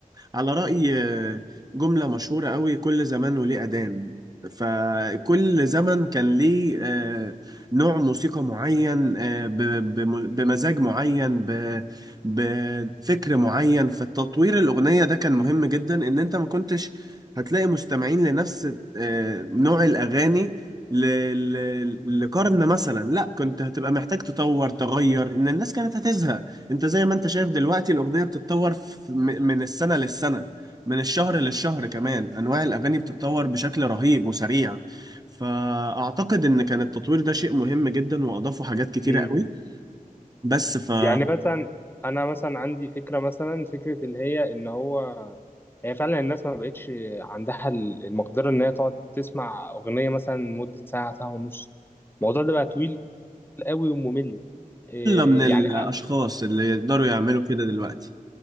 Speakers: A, on the right (about 25°); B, on the left (about 15°).
A: على راي آه، جمله مشهوره قوي كل زمان وليه اذان فكل زمن كان ليه آه، نوع موسيقى معين آه، ب- بم- بمزاج معين ب- بفكر معين فالتطوير الاغنيه ده كان مهم جدا ان انت ما كنتش هتلاقي مستمعين لنفس آه، نوع الاغاني ل- ل- لقرن مثلا لا كنت هتبقى محتاج تطور تغير ان الناس كانت هتزهق انت زي ما انت شايف دلوقتي الاغنيه بتتطور في- م- من السنه للسنه من الشهر للشهر كمان انواع الاغاني بتتطور بشكل رهيب وسريع فاعتقد ان كان التطوير ده شيء مهم جدا واضافوا حاجات كتيره
B: امم
A: قوي بس فقله
B: يعني مثلا انا مثلا عندي فكره مثلا فكره اللي هي ان هو هي فعلا الناس ما بقتش عندها ال- المقدره ان هي تقعد تسمع اغنيه مثلا مده ساعه ساعه ونص الموضوع ده بقى طويل قوي وممل إيه
A: من الاشخاص
B: يعني
A: اللي يقدروا يعملوا كده دلوقتي